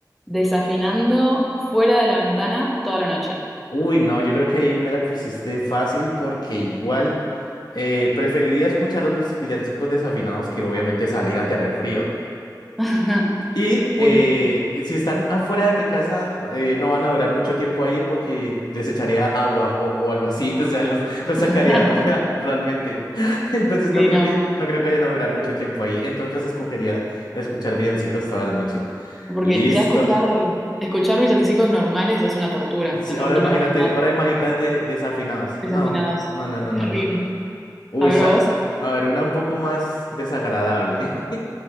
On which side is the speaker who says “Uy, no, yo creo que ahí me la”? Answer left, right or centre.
Left